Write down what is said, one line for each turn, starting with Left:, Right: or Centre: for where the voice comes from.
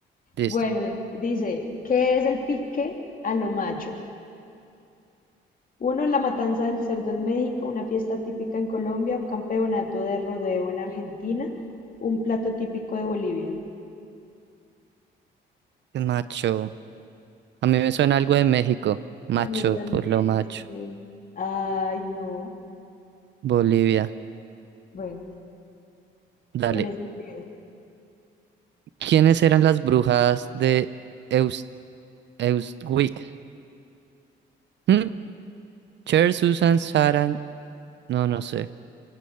Right: Listo.
Left: Bueno, dice, ¿qué es el pique a lo macho? Uno, la matanza del cerdo en México, una fiesta típica en Colombia, un campeonato de rodeo en Argentina, un plato típico de Bolivia.
Right: Macho. A mí me suena algo de México. Macho,
Left: A mí también.
Right: por lo macho.
Left: sí. Ay, no.
Right: Bolivia.
Left: Bueno.
Right: Dale.
Left: Tiene sentido.
Right: ¿Quiénes eran las brujas de Eus Eustwick? ¿Mm? Cher, Susan, Saran. No, no sé.